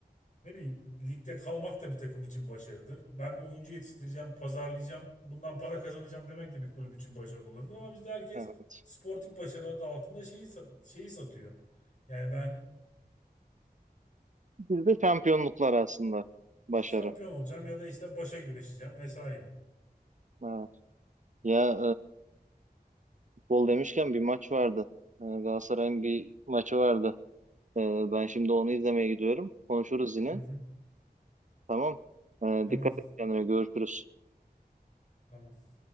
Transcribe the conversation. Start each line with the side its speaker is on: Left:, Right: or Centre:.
Left: ne bileyim ligde kalmak da bir takım için başarıdır. Ben bir oyuncu yetiştireceğim, pazarlayacağım, bundan para kazanacağım demek de bir kulüp için başarılı olabilir. Ama bizde herkes
Right: Evet.
Left: sportif başarı adı altında şeyi, sa- şeyi satıyor. Yani ben
Right: Bizde şampiyonluklar aslında. Başarı.
Left: şampiyon olacağım ya da işte başa güreşeceğim vesaire.
Right: Evet. Ya e, gol demişken bir maç vardı. E, Galatasaray'ın bir maçı vardı. E, ben şimdi onu izlemeye gidiyorum. Konuşuruz yine.
Left: Hı hı,
Right: Tamam. E,
Left: tamam,
Right: dikkat et kendine. Görüşürüz.
Left: tamam.